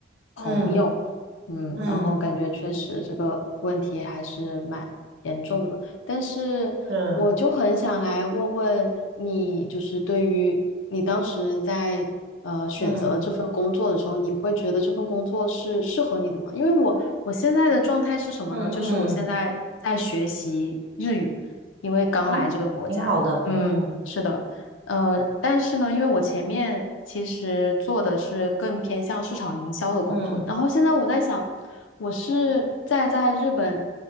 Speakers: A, on the left; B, on the right.
A: 朋友，
B: 嗯
A: 嗯，
B: 嗯，
A: 然后感觉确实这个问题还是蛮严重的。但是我就很想来问问你，
B: 是，
A: 就是对于你当时在呃选择这份工作的时候，
B: 嗯
A: 你会觉得这份工作是适合你的吗？因为我我现在的状态是什么呢？
B: 嗯嗯
A: 就是我现在在学习日语，因为刚来这个国家。
B: 啊，挺好的，
A: 嗯，
B: 嗯
A: 是的。呃，但是呢，因为我前面其实做的是更偏向市场营销的工作，
B: 嗯
A: 然后现在我在想，我是在在日本